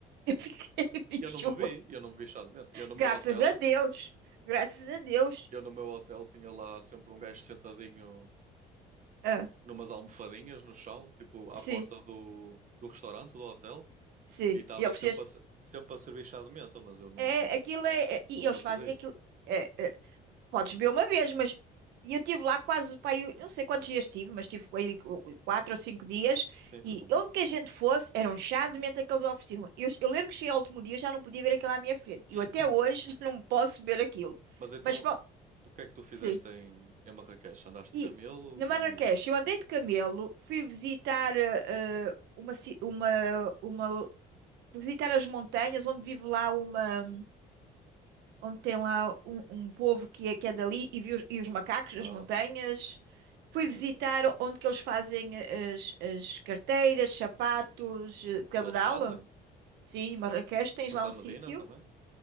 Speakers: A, on the right; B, on the right.
A: Eu fiquei <laughs> bicho.
B: Eu não bebi, eu não bebi chá de menta. Eu no
A: Graças
B: meu hotel,
A: a Deus. Graças a Deus.
B: eu no meu hotel tinha lá sempre um gajo sentadinho
A: Ah,
B: numas almofadinhas no chão, tipo à
A: sim,
B: porta do, do restaurante, do hotel.
A: sim.
B: E estava
A: E eles,
B: sempre a, se- sempre a servir chá de menta, mas eu nunca,
A: é, aquilo é, é- E
B: nunca
A: eles
B: pedi.
A: fazem aquilo. É, é, podes beber uma vez, mas. E eu estive lá quase, pá, eu não sei quantos dias tive, mas tive aí qu- quatro ou cinco dias.
B: Sim, foi
A: E
B: como
A: onde
B: eu.
A: que a gente fosse, era um chá de menta que eles ofereciam. Eu, eu lembro que cheguei ao último dia, eu já não podia ver aquilo à minha frente.
B: <laughs>
A: Eu até hoje <laughs> não posso ver aquilo.
B: Mas então,
A: Mas, fa-
B: o, o que é que tu fizeste
A: sim.
B: em, em Marrakech? Andaste de
A: E
B: camelo
A: na Marrakech,
B: e.
A: eu andei de camelo, fui visitar eh, eh, uma, ci- uma, uma, lo- fui visitar as montanhas onde vive lá uma, onde tem lá um, um povo que é, que é dali e vi os, e os macacos nas
B: Ah,
A: montanhas. Fui
B: ah,
A: visitar
B: ok.
A: onde que eles fazem as, as carteiras, sapatos, eh, cabedal.
B: Onde eles fazem?
A: Sim, em Marrakech tens
B: Foste
A: lá um
B: à Medina
A: sítio,
B: também?